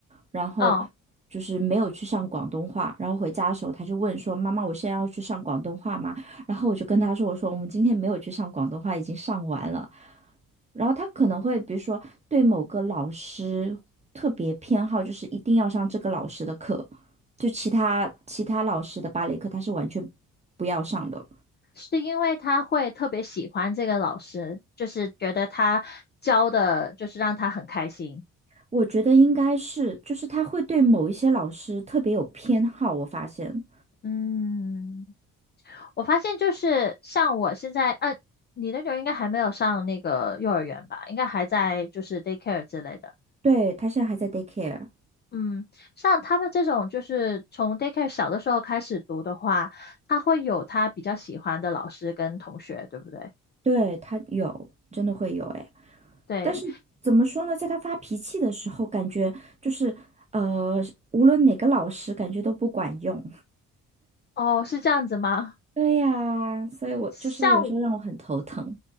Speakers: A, on the right; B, on the left.
A: 然后
B: 哦，
A: 就是没有去上广东话，然后回家的时候他就问说：“妈妈，我现在要去上广东话吗？”然后我就跟他说：“我说我们今天没有去上广东话，已经上完了。”然后他可能会，比如说对某个老师特别偏好，就是一定要上这个老师的课，就其他其他老师的芭蕾课他是完全不要上的。
B: 是因为她会特别喜欢这个老师，就是觉得他教的，就是让她很开心。
A: 我觉得应该是，就是他会对某一些老师特别有偏好，我发现。
B: 嗯。我发现就是像我现在，呃，你那种应该还没有上那个幼儿园吧？应该还在就是 daycare 之类的。
A: 对，他现在还在 daycare，
B: 嗯，像他们这种就是从 daycare 小的时候开始读的话，他会有他比较喜欢的老师跟同学，对不对？
A: 对，他有，真的会有哎。
B: 对，
A: 但是怎么说呢，在他发脾气的时候，感觉就是呃，无论哪个老师，感觉都不管用。
B: 哦，是这样子吗？
A: 对呀，所以我就是有时候让我很头疼。
B: 像